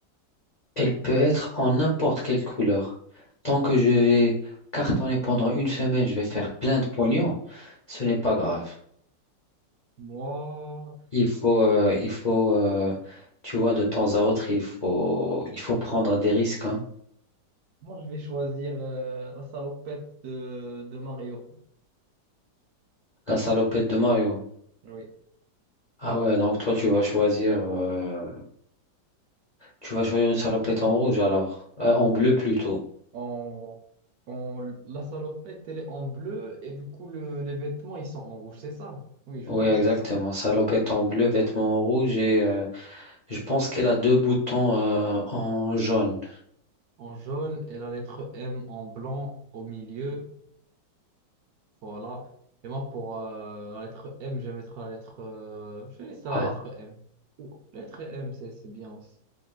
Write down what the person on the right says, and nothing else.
Moi,
moi je vais choisir euh, la salopette de, de Mario.
Oui.
En, en, la salopette, elle est en bleu et du coup, le- les vêtements, ils sont en rouge, c'est ça? Oui, je
crois
que c'est ça.
en jaune et la lettre M en blanc au milieu. Voilà. Et moi, pour euh, la lettre M, je vais mettre la lettre. euh, je vais laisser la
lettre M. Ou lettre M, c'est c'est bien aussi.